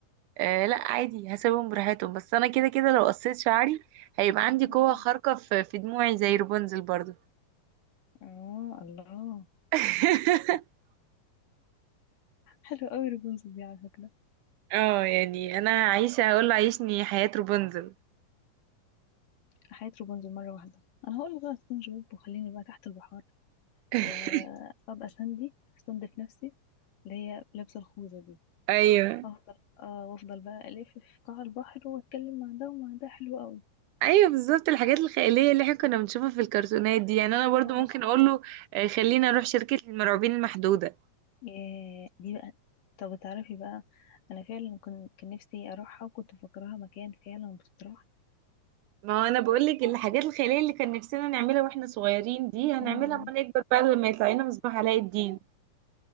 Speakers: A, on the right; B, on the left.
A: آه لا عادي هسيبهم براحتهم بس انا كده كده لو قصيت شعري هيبقى عندي
B: اه
A: قوه خارقه في في دموعي زي رابنزل برضو
B: آه، الله
A: <laughs>
B: حلو قوي رابنزل دي على فكرة
A: اه يعني انا هعيش هقول له عيشني حياه رابنزل
B: حياة رابنزل مرة واحدة أنا هقول بقى سبونج بوب وخليني بقى تحت البحار
A: <laughs>
B: وأبقى ساندي أستنزف نفسي اللي هي لابسة الخوذة دي
A: ايوه
B: أفضل آه وأفضل بقى ألف في قاع البحر وأتكلم مع ده ومع ده حلو قوي
A: ايوه بالظبط الحاجات الخياليه اللي احنا كنا بنشوفها في الكرتونات دي يعني انا برضو
B: اه
A: ممكن اقول له آه، خلينا اروح شركه المرعوبين المحدوده
B: ياه دي بقى طب تعرفي بقى أنا فعلا كنت كان نفسي أروحها وكنت مفكراها مكان فعلا بتتراح
A: ما هو انا بقول لك الحاجات الخياليه اللي كان نفسنا نعملها واحنا صغيرين دي هنعملها
B: امم
A: لما نكبر بقى لما يطلع لنا مصباح علاء الدين